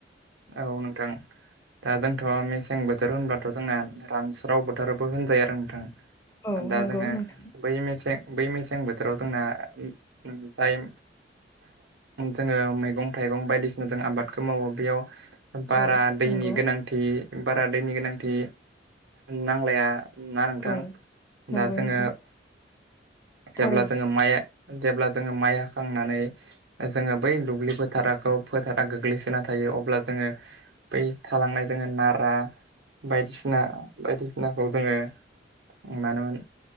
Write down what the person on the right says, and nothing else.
औ नोंथां। दा जोंथ' मेसें बोथोर होनब्लाथ' जोंना रानस्राव बोथोरबो होनजायो आरो नोंथां।
दा
जोङो
बै मेसें बै मेसें बोथोराव जोंना जाय जोङो मैगं थाइगं बायदिसिना जों आबादखौ मावो बेयाव बारा
दैनि
गोनांथि बारा दैनि गोनांथि नांलाया ना नोंथां।
दा जोङो
जेब्ला
जोङो माइ जेब्ला जोङो माइ हाखांनानै जोङो बै दुब्लि फोथारखौ फोथारा गोग्लैसोना थायो अब्ला जोङो बै थालांनाय जोङो नारा बायदिसिना बायदिसिनाखौ जोङो मानोमोन